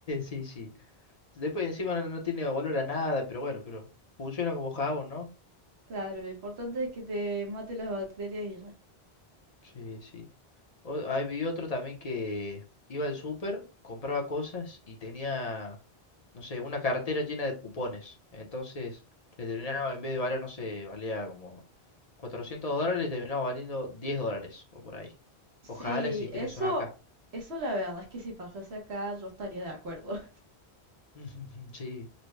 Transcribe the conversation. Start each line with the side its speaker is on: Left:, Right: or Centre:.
Left: Sí, sí. Después encima no, no tiene olor a nada, pero bueno, pero funciona como jabón, ¿no?
Right: Claro, lo importante es que te mate las bacterias y ya.
Left: Sí, sí. O- ahí vi otro también que iba al súper, compraba cosas y tenía, no sé, una cartera llena de cupones. Entonces, le terminaba, en vez de valer, no sé, valía como 400 dólares, le terminaba valiendo 10 dólares o por ahí.
Right: Sí,
Left: Ojalá existiera
Right: eso,
Left: eso acá.
Right: eso la verdad es que si pasase acá yo estaría de acuerdo.
Left: <laughs> Sí.